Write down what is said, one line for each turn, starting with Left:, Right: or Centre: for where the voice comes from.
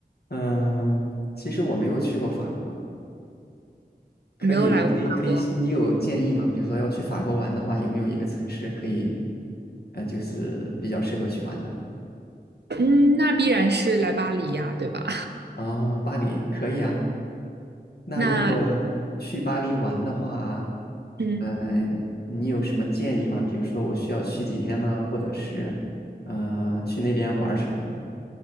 Left: 嗯，其实我没有去过法国，可以可以可以，
Right: 没有来过法国，
Left: 你有建议吗？比如说要去法国玩的话，有没有一个城市可以呃就是比较适合去玩的？
Right: 嗯，那必然是来巴黎呀，对吧？
Left: 啊，巴黎可以啊，
Right: <laughs>
Left: 那如果去巴黎玩的话，
Right: 那嗯，
Left: 呃，你有什么建议吗？比如说我需要去几天呢，或者是呃去那边玩什么呢？